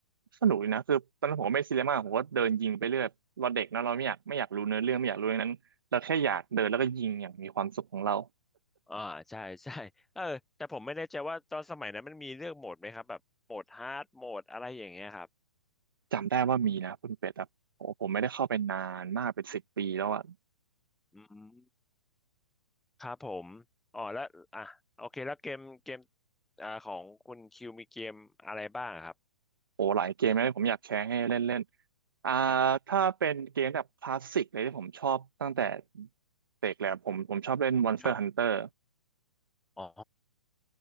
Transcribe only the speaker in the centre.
อ่าใช่ใช่เออแต่ผมไม่แน่ใจว่าตอนสมัยนั้นมันมีเลือกโหมดไหมครับแบบโหมดฮาร์ดโหมดอะไรอย่างเงี้ยครับ
อืมครับผมอ๋อแล้วอ่ะโอเคแล้วเกมเกมอ่าของคุณคิวมีเกมอะไรบ้างครับ
นะครับ
ครับ
อ๋อ